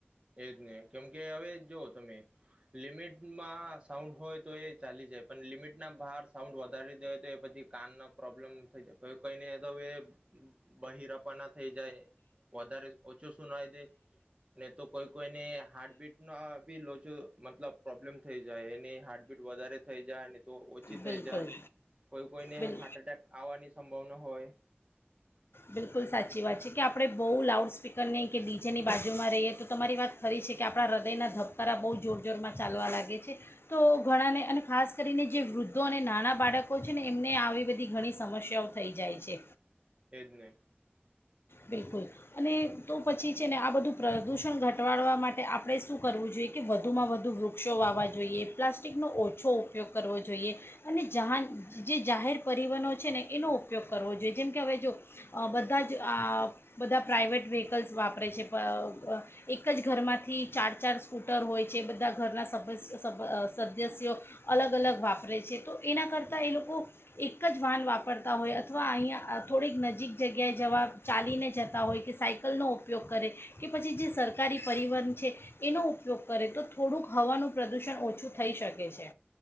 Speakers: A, on the right (about 30°); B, on the left (about 65°).
A: એજ ને કેમ કે હવે જો તમે લિમિટમાં સાઉન્ડ હોય તો એ ચાલી જાય પણ લિમિટ ના બહાર સાઉન્ડ વધારી દે હોય તો એ પછી કાન ના પ્રોબ્લેમ થઈ જાય, કોઈ કોઈને તો હવે બહેરપાના થઈ જાય, વધારે ઓછું સુુંનાઈ દે ને તો કોઈ કોઈને હાર્ટબીટ નો અહ બી લોચો મતલબ પ્રોબ્લેમ થઈ જાય એની હાર્ટબીટ વધારે થઈ જાય. તો ઓછી થઈ
B: બિલકુલ
A: જાય, કોઈ-કોઈને
B: બિલ
A: હાર્ટ એટેક આવવાની સંભાવના હોય.
B: બિલકુલ સાચી વાત છે કે આપણે બહુ લાઉડસ્પીકરની કે ડી જેની બાજુમાં રહીએ તો તમારી વાત ખરી છે કે આપણા હૃદયના ધબકારા બહુ જોર જોરમાં ચાલવા લાગે છે, તો ઘણાને અને ખાસ કરીને જે વૃદ્ધો અને નાના બાળકો છે ને એમને આવી બધી ઘણી સમસ્યાઓ થઈ જાય છે.
A: એજને.
B: બિલકુલ અને તો પછી છે ને આ બધું પ્રદૂષણ ઘટવાડવા માટે આપણે શું કરવું જોઈએ કે વધુમાં વધુ વૃક્ષો વાવવા જોઈએ, પ્લાસ્ટિકનો ઓછો ઉપયોગ કરવો જોઈએ, અને જહાન જે જાહેર પરિવહનો છે ને એનો ઉપયોગ કરવો જોઈએ જેમકે હવે જો બધા જ અહ બધા પ્રાઇવેટ વ્હીકલ્સ વાપરે છે બ બ એક જ ઘરમાંથી ચાર-ચાર સ્કૂટર હોય છે, બધા ઘરના સભસ સભ અહ સદસ્યો અલગ અલગ વાપરે છે, તો એના કરતાં એ લોકો એક જ વાહન વાપરતા હોય અથવા અહીંયા થોડીક નજીક જગ્યાએ જવા ચાલીને જતા હોય કે સાયકલનો ઉપયોગ કરે કે પછી જે સરકારી પરિવહન છે એનો ઉપયોગ કરે તો થોડુંક હવાનું પ્રદૂષણ ઓછું થઈ શકે છે.